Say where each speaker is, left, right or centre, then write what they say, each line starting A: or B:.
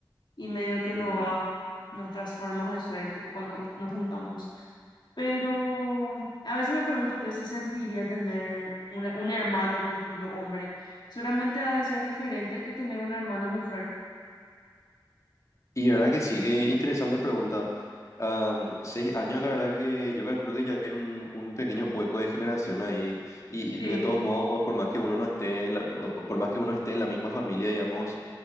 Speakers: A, on the left (about 70°); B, on the left (about 40°).
A: Y medio que
B: mm.
A: no va nuestras formas de ser, tipo cuando nos juntamos. Pero a veces me pregunto qué se sentiría tener un, un hermano, por ejemplo, hombre. Solamente ha de ser diferente que tener una hermana mujer.
B: Y verdad que sí, qué interesante pregunta. Am, seis años, la verdad que yo calculo que ya hay un, un pequeño hueco de generación ahí. Y, y
A: Sí,
B: de todos modos, por más que uno no esté en la, o- o por más que uno esté en la misma familia, digamos,